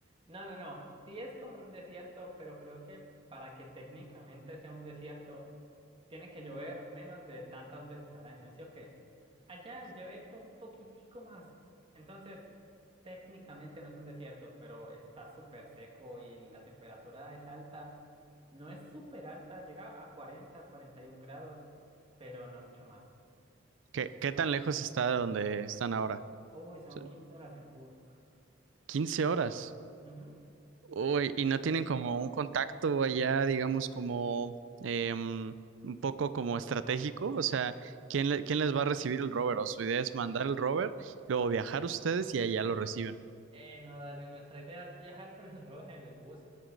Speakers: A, on the right; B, on the right.
A: No, no, no, sí es como un desierto, pero creo que para que técnicamente sea un desierto, tiene que llover menos de tantas veces al año, ¿sí o qué? Allá llevé un poquitico más. Entonces, técnicamente no es un desierto, pero está súper seco y la temperatura es alta. No es súper alta, llega a cuarenta, cuarenta y 41 grados, pero no mucho más.
B: ¿Qué, qué tan lejos está de donde están ahora?
A: Uy, son
B: O sea,
A: quince horas en bus.
B: 15 horas.
A: Ujú.
B: Uy, y no tienen como un contacto allá, digamos, como em, un poco como estratégico. O sea, ¿quién, le- quién les va a recibir el rover? O su idea es mandar el rover, luego viajar ustedes y allá lo reciben.
A: Eh, no, dale, nuestra idea es viajar con el roje en el bus,